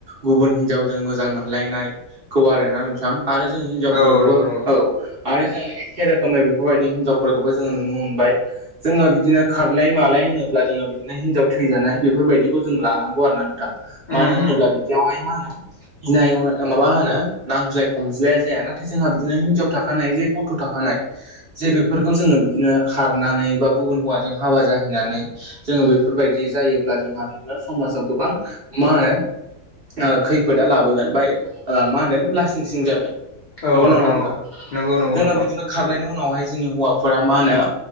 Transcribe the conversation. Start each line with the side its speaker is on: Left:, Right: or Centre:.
Right: गुबुन हिनजावजों मोजां मोनलायनायखौ आरोना नोंथां आरो जों हिनजावफोरखौबो
Left: औ नंगौ नंगौ
Right: औ। आरो जों एखे रोखोमै बेफोरबायदि हिनजावफोरखौबो जोङो नुनो मोनबाय। जोङो बिदिनो खारलाय मालाय होनोब्ला जोङो बिदिनो हिनजाव थैजानाय बेफोरबायदिखौ जों लानांगौ आरो ना नोंथां।
Left: उम
Right: मानो होनोब्ला
Left: उम उम
Right: बिदियावहाय मा होनो
Left: <inaudible>
Right: गनाय माबा होनो नांज्लाय खमज्लाया जाया नाथाय जोंहा बिदिनो हिनजाव थाखानाय जे गथ' थाखानाय जे बेफोरखौ जोङो बिदिनो खारनानै बा गुबुन हौवाजों हाबा जाहैनानै जोङो बेफोरबायदि जायोब्ला जोंहा बिदिनो समाजाव गोबां मा होनो खैफोदा लाबोगोन बाय मा होनदों लासिं सिं जागोन। नंगौ
Left: औ
Right: ना नोंथां
Left: औ नंगौ नंगौ
Right: जोङो
Left: नोंथां
Right: बिदिनो खारनायनि उनावहाय जोंनि हौवाफोरा मा होनो